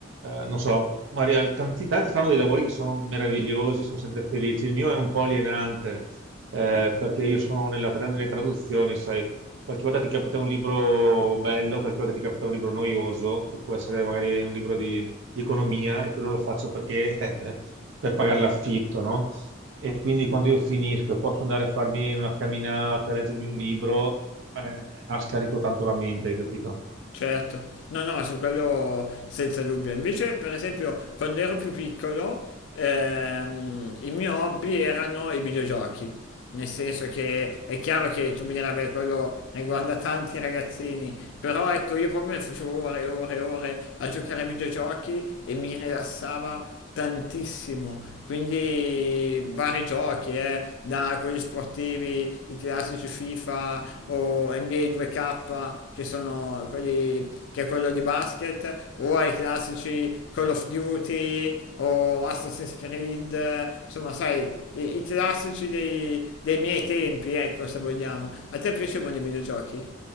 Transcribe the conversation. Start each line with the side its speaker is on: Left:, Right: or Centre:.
Right: non so, Maria, tanti, tanti fanno dei lavori che sono meravigliosi, sono sempre felici. Il mio è un po' alienante, eh, perché io sono nella tra- nelle traduzioni, sai, qualche volta ti capita un libro bello, qualche volta ti capita un libro noioso, che può essere magari un libro di, di economia, e quello lo faccio perché... <laughs> per per pagare l'affitto, no? e quindi quando io finisco e posso andare a farmi una camminata, leggermi un libro, eh, la scarico tanto la mente, hai capito?
Left: Certo, no, no, su quello senza dubbio. Invece, per esempio, quando ero più piccolo, ehm, il mio hobby erano i videogiochi. Nel senso che è chiaro che tu mi dirai, beh, quello riguarda tanti ragazzini, però ecco, io proprio ne facevo ore e ore e ore a giocare ai videogiochi e mi rilassava tantissimo. Quindi vari giochi, eh, da quelli sportivi, i classici FIFA o NBA 2K, che sono quelli che è quello di basket, o ai classici Call of Duty o Assassin's Creed, eh, insomma, sai, i, i classici dei, dei miei tempi, ecco, se vogliamo. A te piacevano i videogiochi?